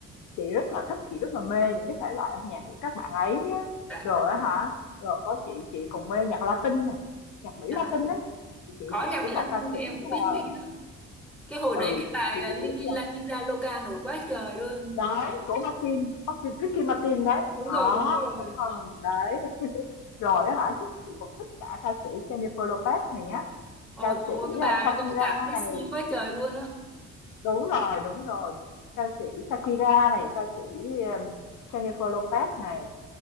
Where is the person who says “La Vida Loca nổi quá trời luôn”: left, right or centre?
Centre